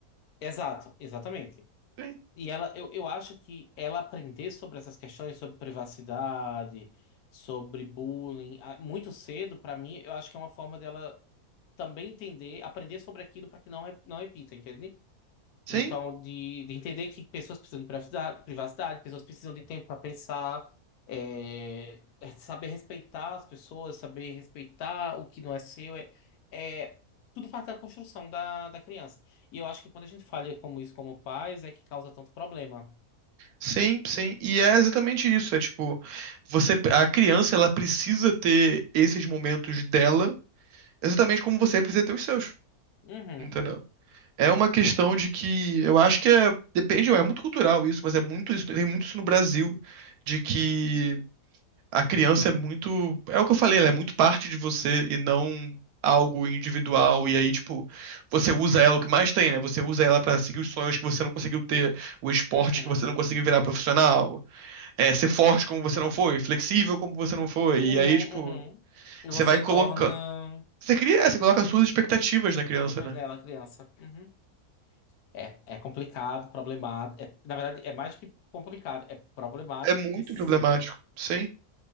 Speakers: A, on the left; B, on the right.
A: Exato. Exatamente.
B: Sim,
A: E ela, eu, eu acho que ela aprender sobre essas questões, sobre privacidade, sobre bullying, ah, muito cedo, pra mim, eu acho que é uma forma dela também entender, aprender sobre aquilo para que não, re- não repita, entende?
B: sim,
A: Então, de, de entender que pessoas precisam de privacidade, privacidade, pessoas precisam de tempo para pensar, é, é saber respeitar as pessoas, saber respeitar o que não é seu, é, é tudo parte da construção da, da criança. E eu acho que quando a gente falha como isso como pais, é que causa tanto problema.
B: sim. sim. E é exatamente isso, é tipo, você, a criança, ela precisa ter esses momentos dela exatamente como você precisa ter os seus,
A: Uhum,
B: entendeu? É uma questão de que eu acho que é, depende, é muito cultural isso, mas é muito isso, tem muito isso no Brasil, de que a criança é muito, é o que eu falei, ela é muito parte de você e não algo individual, e aí, tipo, você usa ela o que mais tem, né? Você usa ela pra seguir os sonhos que você não conseguiu ter, o esporte
A: uhum,
B: que você não conseguiu virar profissional, é, ser forte como você não foi, flexível como você não foi,
A: uhum,
B: e aí, tipo,
A: uhum. E
B: você
A: você
B: vai colocando,
A: torna
B: você cria, você coloca as suas expectativas na criança,
A: níveis
B: né?
A: dela criança. Uhum. É, é complicado, problemático. É, na verdade, é mais que complicado, é problematíssimo.
B: É muito problemático, sim.